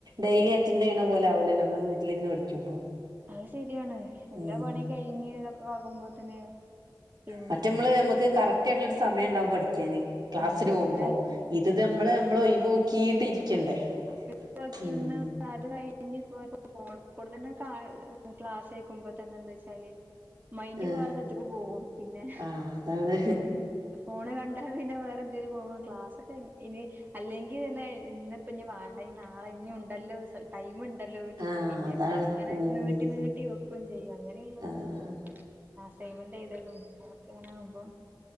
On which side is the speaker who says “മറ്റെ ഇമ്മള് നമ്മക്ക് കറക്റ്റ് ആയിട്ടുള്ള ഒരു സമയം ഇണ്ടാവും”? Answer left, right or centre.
Right